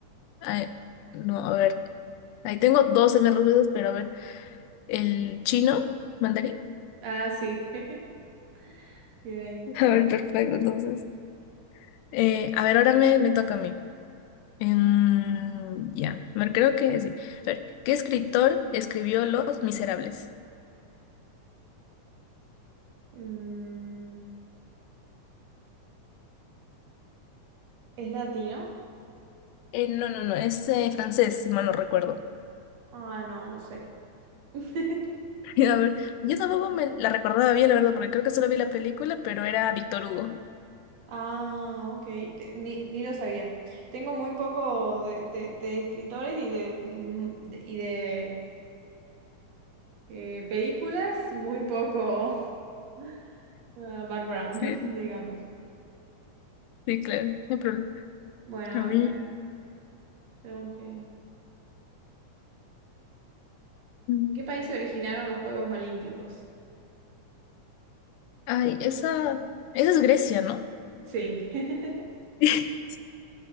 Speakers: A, on the left; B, on the right.
A: ay, no, a ver. Ahí tengo 12 respuestas, pero a ver. el chino, mandarín.
B: Ah, sí. <laughs> Bien ahí.
A: <laughs> A ver, perfecto, entonces. Eh, a ver, ahora me, me toca a mí. Em, ya, me creo que sí. A ver, ¿qué escritor escribió Los Miserables?
B: Mm, ¿es latino?
A: Eh, no, no, no, es eh, francés, si mal no recuerdo.
B: Ah, no, no sé. <laughs>
A: <laughs> A ver, yo tampoco me la recordaba bien, la verdad, porque creo que solo vi la película, pero era Víctor Hugo.
B: Ah, ok. Te- ni, ni lo sabía. Tengo muy poco de, de- de escritores y de, mm, de- y de eh, películas, muy poco <laughs> ah, background,
A: Sí,
B: <laughs> digamos.
A: sí, claro, no hay problema.
B: Bueno,
A: A mí.
B: a ver, tengo que...
A: mm,
B: ¿En qué país se originaron los Juegos Olímpicos?
A: Ay, esa, esa es Grecia, ¿no?
B: Sí. <laughs>
A: <laughs>